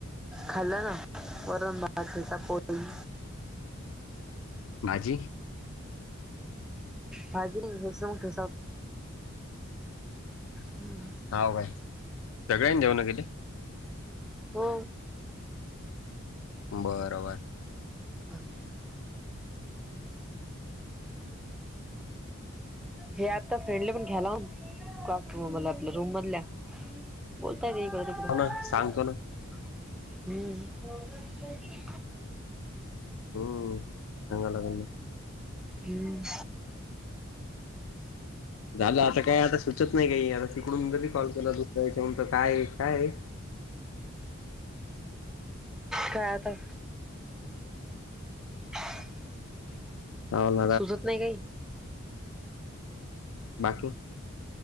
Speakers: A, in the centre; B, on the left (about 70°).
A: खाल्याना, वरण, भात, ठेचा पोळी.
B: भाजी.
A: भाजी हे <unintelligible> हम.
B: हाव काय सगळ्यांनी जेवण केले
A: हो..
B: बर‌ बर.
A: <unintelligible> हे आता फ्रेंडली पण घ्यायला क्लासरूम मध आपल्या रूम मधल्या बोलतायेत
B: हो ना
A: इकडं
B: सांगतो ना
A: तिकडं हम्म
B: हम्म चगा लागन म
A: हम्म
B: झालं आता काय आता सुचत नाही काही आता तिकडून जरी कॉल केला दुसऱ्या विषयत काय काय
A: काय आता <inaudible>
B: हल
A: सुचत नाही काही
B: बाकी